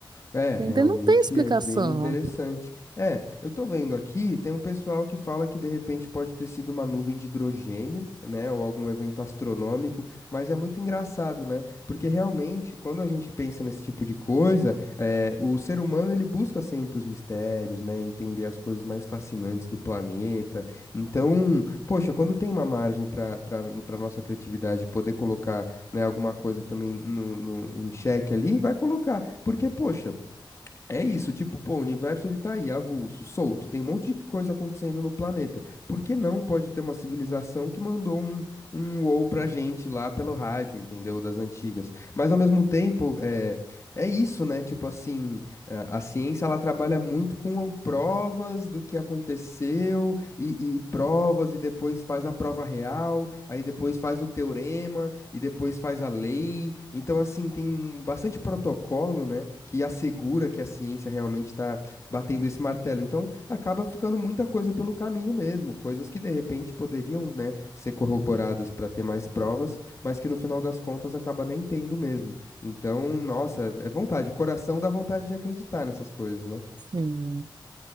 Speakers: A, on the left (about 35°); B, on the right (about 55°).
A: É, realmente
B: entende? Não tem explicação.
A: é bem interessante. É, eu tô vendo aqui, tem um pessoal que fala que de repente pode ter sido uma nuvem de hidrogênio, né, ou algum evento astronômico, mas é muito engraçado, né? Porque realmente, quando a gente pensa nesse tipo de coisa, é, o ser humano ele busca sempre os mistérios, né, entender as coisas mais fascinantes do planeta. Então, poxa, quando tem uma margem para para nossa criatividade poder colocar, né, alguma coisa também no, no- em xeque ali, vai colocar. Porque, poxa, é isso, tipo, pô, o universo ele tá aí, avulso, solto, tem um monte de coisa acontecendo no planeta. Por que não pode ter uma civilização que mandou um, um wow pra gente lá pelo rádio, entendeu? Das antigas. Mas ao mesmo tempo, é, é isso, né? Tipo assim, é, a ciência ela trabalha muito com provas do que aconteceu e, e provas e depois faz a prova real, aí depois faz o teorema e depois faz a lei. Então, assim, tem bastante protocolo, né, que assegura que a ciência realmente está batendo esse martelo. Então, acaba ficando muita coisa pelo caminho mesmo, coisas que de repente poderiam, né, ser corroboradas para ter mais provas, mas que no final das contas acaba nem tendo mesmo. Então, nossa, é vontade, o coração dá vontade de acreditar nessas coisas, né?
B: Sim.